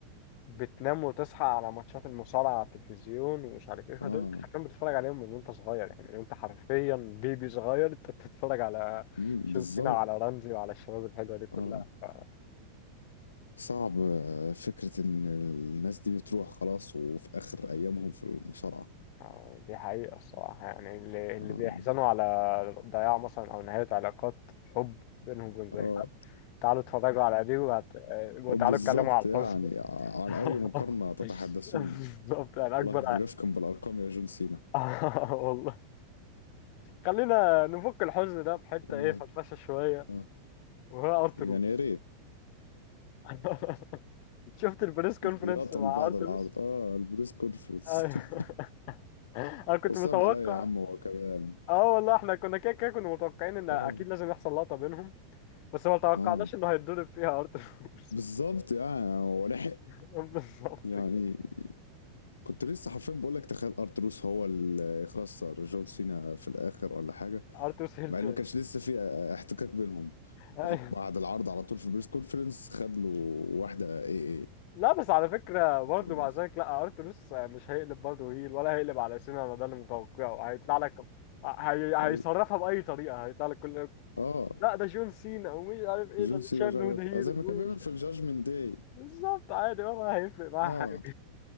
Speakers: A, on the left; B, on the left.
A: بتنام وتصحى على ماتشات المصارعة على التلفزيون ومش عارف ايه فدول
B: اه
A: انت حرفيا بتتفرج عليهم من وانت صغير يعني من وانت حرفيا بيبي صغير انت بتتفرج على
B: مم، بالظبط
A: جون سينا وعلى رمزي وعلى الشباب الحلوة دي كلها
B: اه
A: ف...
B: صعب آه، فكرة ان الناس دي بتروح خلاص وفي اخر ايامهم في المصارعة
A: أو دي حقيقة الصراحة يعني اللي, اللي
B: اه
A: بيحزنوا على ضياع مثلا أو نهاية علاقات حب بينهم وبين
B: اه
A: تعالوا اتفرجوا على دي وهت... آه، وتعالوا
B: آه، بالظبط
A: اتكلموا على
B: يعني
A: الحزن
B: ع- عن
A: <laughs>
B: اي مقارنة تتحدثون
A: بالظبط يعني
B: والله
A: اكبر
B: رفقا
A: <laughs>
B: بالارقام يا جون سينا
A: آه، والله خلينا نفك الحزن ده بحته
B: اه
A: ايه فرفشه شويه
B: اه
A: وهو ارتروس
B: يعني يا ريت
A: <laughs> شفت البريس كونفرنس
B: لقطة
A: مع
B: لبعض
A: ارتروس
B: العرض اه البريس كونفرنس
A: أيوه.
B: <laughs>
A: <laughs> انا كنت
B: صعب
A: متوقع
B: عليا يا عم هو كمان
A: اه والله احنا كنا كده كده كنا متوقعين ان اكيد
B: اه
A: لازم يحصل لقطه بينهم بس ما توقعناش
B: اه
A: انه هيتضرب فيها ارتروس
B: بالظبط يعني هو لحق
A: <laughs> بالظبط
B: يعني
A: كده
B: كنت لسه حرفيا بقول لك تخيل ارتروس هو اللي يخسر جون سينا في الاخر ولا حاجه
A: ارتروس هيل
B: مع
A: تاني
B: ان ما كانش لسه في احتكاك بينهم
A: <laughs>
B: أهو بعد العرض على طول في البريس كونفرنس خد له واحده اي اي على
A: لا بس على فكرة برضه
B: الترابيزه
A: مع ذلك لا ارتروس مش هيقلب برضه هيل ولا هيقلب على سينا انا ده اللي متوقعه هيطلع لك هي...
B: اي
A: هيصرفها بأي طريقة هيطلع لك كل
B: اه
A: لا ده جون سينا ومش عارف ايه
B: جون
A: ده
B: سينا
A: تشارلز
B: مش عارف
A: هود هيرو
B: آه، زي ما
A: ومش
B: كان بيعمل في الجاجمنت داي
A: بالظبط عادي ولا هيفرق معاه
B: اه
A: حاجة